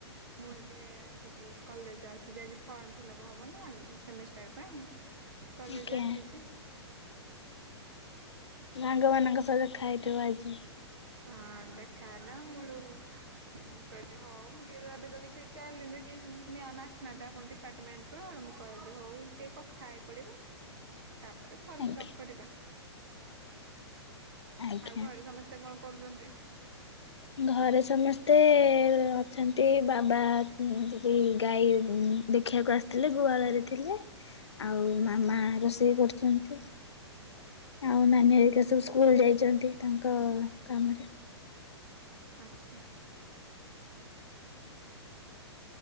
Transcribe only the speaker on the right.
ମୁଁ ଏବେ ଆସିଛି କଲେଜ ଆସିଛି ଆଜି ଫର୍ମ ଫିଲଫହବ ନା ସେମିଷ୍ଟାର ପାଇଁ। କଲେଜ
ଆସିଛି।
ହଁ ଦେଖାହେଲା ମୁଁ ହେଠୁ ମୁଁ କହିଲି ହଉ ମୁଁ ଟିକେ ଏବେ ତ କିଛି ଚାଲୁନି ଟିକେ ମାମ ଆସିନାହାନ୍ତି ଆମ ଡିପାର୍ଟମେଣ୍ଟ ର ମୁଁ କହିଲି ହଉ ଟିକେ କଥା ହେଇପଡିବା। ତାପରେ ଫର୍ମଫିଲ୍ଅପ
କରିବା।
ଆଉ ଘରେ ସମସ୍ତେ କଣ କରୁଛନ୍ତି?
ଆଚ୍ଛା।